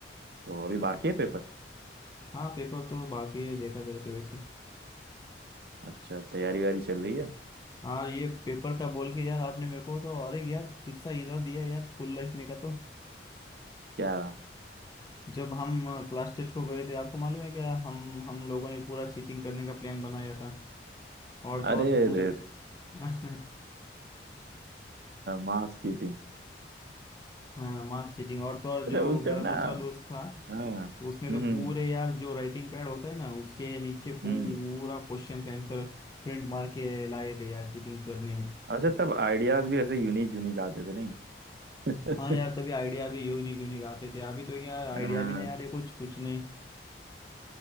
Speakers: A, on the right; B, on the left.
A: तो अभी बाकी है पेपर
B: हाँ पेपर तो बाकी है देखा जाए तो वैसे
A: अच्छा तैयारी वारी चल रही है
B: हाँ ये पेपर का बोल के यार आपने मेरे को तो अरे यार किस्सा हिला दिया यार स्कूल लाइफ में का तो
A: क्या
B: जब हम क्लास टेस्ट को गए थे आपको मालूम है क्या हम हम लोगों ने पूरा चीटिंग करने का प्लान बनाया था और
A: अरे
B: तो और पूरे
A: रे
B: <laughs>
A: मास चीटिंग <laughs>
B: हाँ मास चीटिंग और तो और
A: अच्छा
B: जो
A: उस
B: मेरा
A: टाइम
B: दूसरा
A: ना
B: दोस्त था
A: हाँ
B: उसने तो
A: हम्म
B: पूरे यार जो राइटिंग पैड होता है ना उसके नीचे पूरा
A: हम्म
B: क्वेश्चन आंसर प्रिंट मार के लाए थे यार चीटिंग करने में
A: अच्छा तब आइडियाज भी ऐसे यूनिक यूनिक आते थे नहीं
B: हाँ यार
A: <laughs>
B: तभी आइडिया भी यूनिक यूनिक आते थे अभी तो यार आइडिया
A: अ,
B: भी नहीं आ रहे कुछ कुछ नहीं